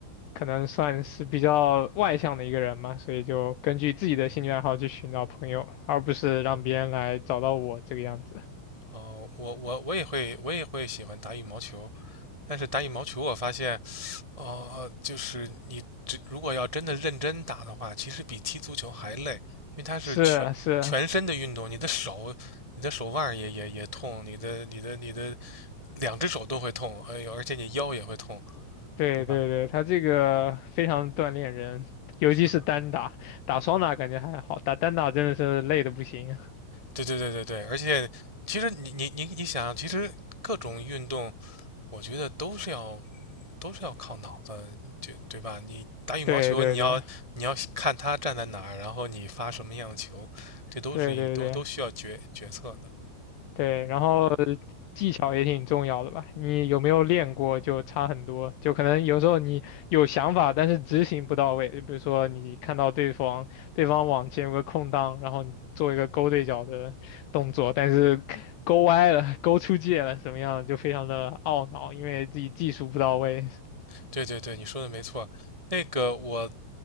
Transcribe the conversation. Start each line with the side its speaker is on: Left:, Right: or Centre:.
Left: 可能算是比较外向的一个人嘛，所以就根据自己的兴趣爱好去寻找朋友，
Right: 嗯，
Left: 而不是让别人来找到我这个样子。
Right: 哦。哦，我我我也会，我也会喜欢打羽毛球，但是打羽毛球我发现，哦，就是你只如果要真的认真打的话，其实比踢足球还累，因为它是全全身的运动，
Left: 是啊是啊，
Right: 你的手、你的手腕儿也也也痛，你的你的你的两只手都会痛，哎呦，而且你腰也会痛，
Left: 对对对，
Right: 对吧？
Left: 他这个非常锻炼人，尤其是单打，
Right: 是吧？
Left: 打双打感觉还好，打单打真的是累的不行。
Right: 对对对对对，而且其实你你你你想，其实各种运动，我觉得都是要都是要靠脑子，对对吧？你打羽毛球，
Left: <laughs> 对对对
Right: 你要你要看他站在哪儿，然后你发什么样的球，这都是一都都需要决决策的。
Left: 对对对，对，然后技巧也挺重要的吧？你有没有练过就差很多，就可能有时候你有想法，但是执行不到位。就比如说你看到对方对方往前有个空档，然后你做一个勾对角的动作，但是勾歪了、勾出界了，什么样就非常的懊恼，因为自己技术不到位。
Right: 对对对，你说的没错。那个我